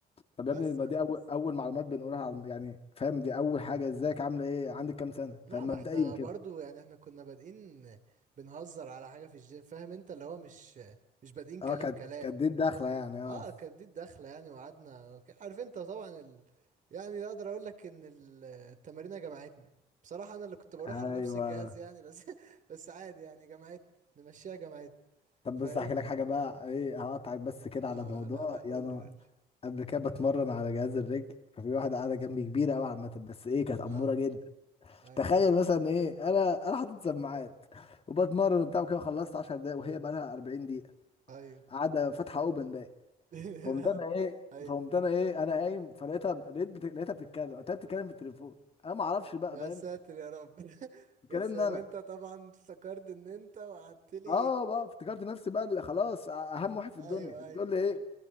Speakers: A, on the left; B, on the right.
A: طب
B: بس
A: يا ابني ما
B: خلاص
A: دي اول اول معلومات بنقولها على الم- يعني فاهم دي اول حاجة ازيك عاملة ايه عندك كام سنة
B: لا
A: فاهم
B: ما
A: مبدئيا
B: احنا برضو
A: كده
B: يعني احنا كنا بادئين بنهزر على حاجة في الجيم فاهم انت اللي هو مش مش بادئين كلام
A: اه كانت
B: كلام
A: كانت دي الدخلة يعني اه
B: اه كانت دي الدخلة يعني وقعدنا عارف انت طبعا ال... يعني اقدر اقول لك ان ال- التمارين جمعتنا بصراحة انا اللي كنت بروح
A: ايوه
B: على نفس الجهاز يعني بس <laughs> بس عادي يعني جمعتنا نمشيها جمعتنا
A: طب
B: فاهم
A: بص احكي لك حاجة بقى ايه هقطعك بس كده على
B: اه
A: موضوع
B: لا لا
A: يعني
B: قول
A: انا
B: لي قول لي
A: قبل كده بتمرن على جهاز الرجل ففي واحدة قاعدة جنبي كبيرة قوي عامة بس ايه كانت أمورة
B: اه
A: جدا
B: ايوه
A: تخيل مثلا ايه انا انا حاطط سماعات وبتمرن وبتاع وكده خلصت 10 دقايق وهي بقى لها 40 دقيقة
B: ايوه
A: قاعده فاتحه اوبن بقى
B: <laughs>
A: فقمت انا ايه
B: ايوه
A: فقمت انا ايه انا قايم فلقيتها لقيت بت... لقيتها بتتكلم قلت لها بتتكلم في التليفون انا ما اعرفش بقى
B: يا
A: فاهم
B: ساتر يا رب <laughs>
A: بتكلمني
B: يا ساتر
A: انا
B: وانت طبعا افتكرت ان انت وقعدت لي
A: اه بقى افتكرت نفسي بقى اللي خلاص اهم واحد
B: ايوه
A: في الدنيا بتقول
B: ايوه
A: لي ايه